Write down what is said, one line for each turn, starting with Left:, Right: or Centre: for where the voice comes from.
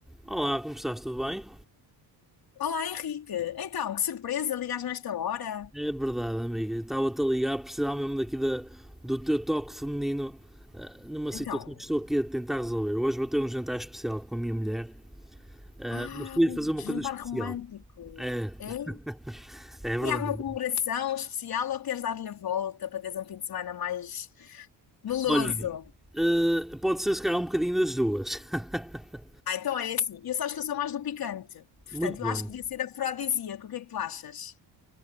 Centre: Olá, como estás? Tudo bem?
Left: Olá, Henrique. Então, que surpresa, ligas-me esta hora.
Centre: É verdade, amiga. Estava-te a ligar, precisava mesmo daqui da, do teu toque feminino ah, numa
Left: Então,
Centre: situação que estou aqui a tentar resolver. Hoje vou ter um jantar especial com a minha mulher, ah,
Left: ah,
Centre: mas queria fazer uma
Left: jantar
Centre: coisa especial.
Left: romântico.
Centre: É, <laughs>
Left: É?
Centre: é verdade.
Left: Tem alguma comemoração especial ou queres dar-lhe a volta para teres um fim de semana mais meloso?
Centre: Olha, ah, pode ser se calhar um bocadinho das duas. <laughs>
Left: Ah, então é assim. Eu sabes que eu sou mais do picante. Portanto,
Centre: Muito bem.
Left: eu acho que devia ser afrodisíaco. O que é que tu achas?